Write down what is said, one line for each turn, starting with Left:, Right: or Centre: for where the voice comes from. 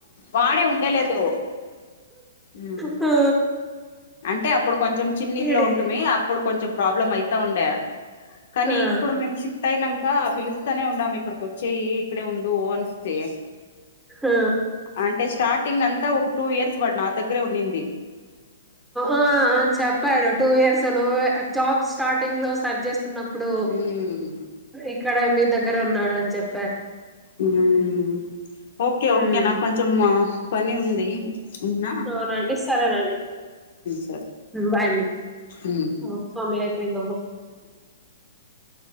Left: వాడే ఉండేలేదు ఉమ్
Centre: ఆ
Left: అంటే అప్పుడు కొంచెం చిన్నల్లు
Centre: ఇడి
Left: ఉంటుమి అప్పుడు కొంచెం ప్రాబ్లం అయితా ఉండే కానీ
Centre: ఆ
Left: ఇప్పుడు మేము షిఫ్ట్ అయినాక పిలుస్తానే ఉందాము ఇక్కడకి వచ్చేయి ఇక్కడ ఉ అన్స్తే
Centre: ఆ
Left: అంటే స్టార్టింగ్ అంత అంతా ఒక టూ ఇయర్స్ వాడు నా దగ్గరే ఉన్నింది
Centre: ఆ చెప్పాడు టూ ఇయర్స్ నువ్ జాబ్ స్టార్టింగ్ లో సర్చ్ చేస్తున్నప్పు ఇప్పుడు
Left: ఉమ్
Centre: ఇక్కడ మీ దగ్గర ఉన్నాడు అని చెప్ప
Left: ఉమ్ ఓకే
Centre: ఉమ్.
Left: ఓకే నాకు కొంచెం పని ఉంది ఉమ్
Centre: అవునండి సరేనండి
Left: సర
Centre: బాయ్ అండి
Left: ఉమ్
Centre: <unintelligible>